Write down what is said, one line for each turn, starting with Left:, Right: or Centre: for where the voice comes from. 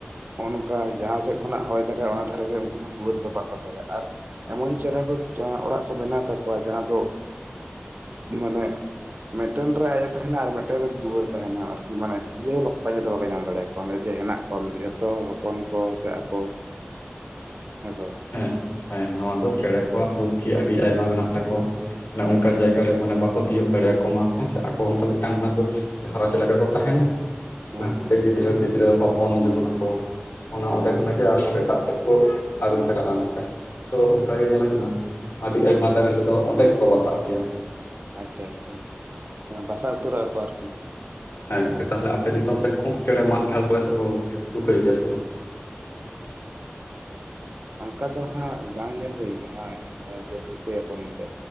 Right: ᱦᱚᱜ ᱱᱚᱝᱠᱟ ᱡᱟᱦᱟᱸ ᱥᱮᱫ ᱠᱷᱚᱱᱟᱜ ᱦᱚᱭ ᱫᱟᱜ ᱚᱱᱟ ᱫᱷᱟᱨᱮᱜ ᱜᱮ ᱩᱱᱠᱩ ᱫᱚ ᱫᱩᱣᱟᱹᱨ ᱫᱚ ᱵᱟᱠᱚ ᱫᱟᱦᱮᱸ ᱟ ᱟᱨ ᱮᱢᱚᱱ ᱪᱮᱨᱦᱟ ᱠᱚ ᱚᱲᱟᱜ ᱠᱚ ᱵᱮᱱᱟᱣ ᱛᱟᱠᱚᱣᱟ ᱡᱟᱦᱟᱸ ᱫᱚ ᱢᱟᱱᱮ ᱢᱤᱫᱴᱮᱱ ᱨᱮ ᱟᱡ ᱮ ᱛᱟᱦᱮᱱᱟ ᱟᱨ ᱢᱤᱫᱴᱮᱱ ᱨᱮ ᱫᱩᱣᱟᱹᱨ ᱛᱟᱦᱮᱱᱟ ᱟᱨᱠᱤ ᱢᱟᱱᱮ ᱪᱤᱞᱤ ᱦᱚᱸ ᱯᱟᱸᱡᱟ ᱛᱮ ᱵᱟᱠᱚ ᱧᱟᱢ ᱫᱟᱲᱮᱭᱟᱜ-ᱟ। ᱚᱸᱰᱮᱡᱮ ᱦᱮᱱᱟᱜ ᱠᱚᱣᱟ ᱡᱚᱛᱚ ᱦᱚᱯᱚᱱ ᱠᱚ ᱥᱮ ᱟᱠᱚ ᱦᱮᱸᱥᱮ ᱵᱟᱝ
Left: ᱦᱮᱸ ᱦᱮᱸ ᱱᱚᱶᱟ ᱫᱚ ᱪᱮᱬᱮ ᱠᱚᱣᱟᱜ ᱵᱩᱫᱽᱫᱷᱤ ᱟᱹᱰᱤ ᱟᱭᱢᱟ ᱢᱮᱱᱟᱜ ᱛᱟᱠᱚᱣᱟ ᱢᱟᱱᱮ ᱚᱱᱠᱟᱱ ᱡᱟᱭᱜᱟ ᱨᱮ ᱢᱟᱱᱮ ᱠᱚ ᱛᱤᱭᱳᱜ ᱫᱟᱲᱮᱭᱟᱠᱚ ᱢᱟ ᱦᱮᱸ ᱥᱮ ᱟᱠᱚ ᱦᱚᱸᱛᱚ ᱢᱤᱫᱴᱟᱝ ᱚᱲᱟᱜ ᱫᱩᱣᱟᱹᱨ ᱜᱷᱟᱸᱨᱚᱧᱡᱽ ᱞᱮᱠᱟ ᱠᱚ ᱛᱟᱦᱮᱸᱱᱟ᱾
Right: ᱵᱟᱝ
Left: ᱚᱱᱟ ᱠᱷᱟᱹᱛᱤᱨ
Right: ᱦᱩᱸ
Left: ᱛᱮ ᱜᱤᱫᱽᱨᱟᱹ
Right: ᱦᱩᱸ
Left: ᱯᱤᱫᱽᱨᱟᱹ ᱦᱚᱯᱚᱱ ᱡᱟᱹᱱᱩᱜ ᱟᱠᱚ ᱚᱱᱟ
Right: ᱦᱩᱸ
Left: ᱚᱸᱰᱮ
Right: ᱦᱩᱸ
Left: ᱠᱷᱚᱱᱟᱜ
Right: ᱦᱩᱸ
Left: ᱜᱮ ᱟᱨ ᱦᱚᱸ ᱮᱴᱟᱜ ᱥᱮᱫ ᱠᱚ ᱟᱨᱩ ᱯᱷᱮᱨᱟᱜ-ᱟ ᱠᱷᱟᱡ ᱛᱚ ᱚᱱᱠᱟ ᱜᱮ ᱧᱮᱞ ᱟᱠᱟᱱᱟ ᱟᱹᱰᱤ
Right: ᱦᱩᱸ
Left: ᱟᱭᱢᱟ ᱫᱟᱨᱮ ᱨᱮ ᱟᱫᱚ ᱚᱸᱰᱮ ᱜᱮᱠᱚ ᱵᱟᱥᱟᱜ ᱜᱮᱭᱟ
Right: ᱟᱪᱪᱷᱟ ᱟᱪᱪᱷᱟ ᱚᱱᱟ ᱵᱟᱥᱟ ᱩᱛᱟᱹᱨᱚᱜ-ᱟ ᱠᱚ ᱟᱨᱠᱤ
Left: ᱦᱮᱸ ᱜᱚᱝᱠᱮ ᱛᱟᱦᱚᱞᱮ ᱟᱯᱮ ᱫᱤᱥᱚᱢ ᱥᱮᱫ ᱠᱚᱸᱜ ᱪᱮᱬᱮ ᱢᱟᱜ ᱡᱷᱟᱲ ᱠᱚᱨᱮ ᱫᱚᱠᱚ ᱛᱩᱠᱟᱹᱭ ᱜᱮᱭᱟ ᱥᱮ ᱵᱟᱝ?
Right: ᱚᱱᱠᱟ ᱫᱚ ᱦᱟᱸᱜ ᱵᱟᱝ ᱧᱮᱞ ᱦᱩᱭ ᱠᱟᱱᱟ ᱱᱚᱜ-ᱚᱭ ᱡᱮ ᱛᱩᱠᱟᱹᱭ ᱟᱠᱚ ᱢᱮᱱᱛᱮ